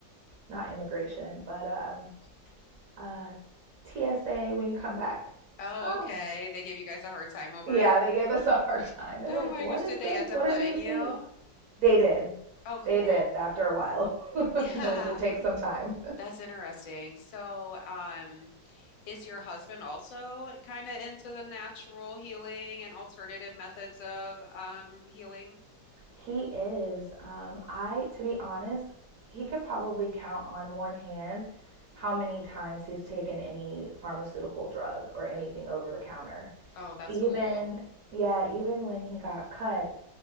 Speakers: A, on the right; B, on the left.
A: not immigration, but um, uh, TSA when you come back.
B: Oh,
A: Ah,
B: okay. They gave you guys a hard time over
A: Yeah,
B: it.
A: they gave us a hard time. They're
B: Oh
A: like,
B: my
A: "What
B: gosh,
A: is
B: did
A: this?
B: they end up
A: What
B: letting
A: are these
B: you?
A: leaves?" They did.
B: Oh, cool.
A: They did after
B: <laughs>
A: a while, <laughs>
B: Yeah,
A: but it did take some time.
B: that's interesting. So, um, is your husband also kind of into the natural healing and alternative methods of um healing?
A: He is. Um, I, to be honest, he could probably count on one hand how many times he's taken any pharmaceutical drug or anything over the counter.
B: Oh, that's
A: Even,
B: cool.
A: yeah, even when he got cut,